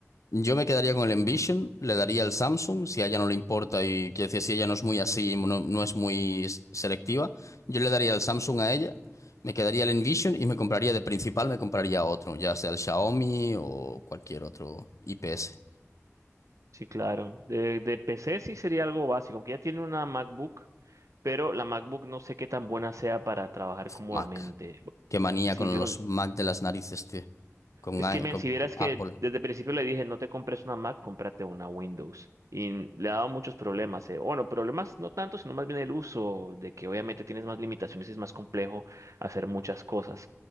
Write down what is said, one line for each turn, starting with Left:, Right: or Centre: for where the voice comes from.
Left: Yo me quedaría con el Envision, le daría el Samsung, si a ella no le importa y quiero decir, si ella no es muy así, no, no es muy s- selectiva, yo le daría el Samsung a ella, me quedaría el Envision y me compraría de principal, me compraría otro, ya sea el Xiaomi o cualquier otro IPS,
Right: Sí, claro. De, de PC sí sería algo básico, aunque ya tiene una MacBook, pero la MacBook no sé qué tan buena sea para trabajar cómodamente.
Left: Mac. Qué manía
Right: Sí,
Left: con
Right: yo
Left: los Mac de las narices, tío, con,
Right: es
Left: i-
Right: que, men,
Left: con-
Right: si vieras
Left: con Apple.
Right: que desde el principio le dije, no te compres una Mac, cómprate una Windows. Y le ha dado muchos problemas. eh. Bueno, problemas no tanto, sino más bien el uso, de que obviamente tienes más limitaciones y es más complejo hacer muchas cosas.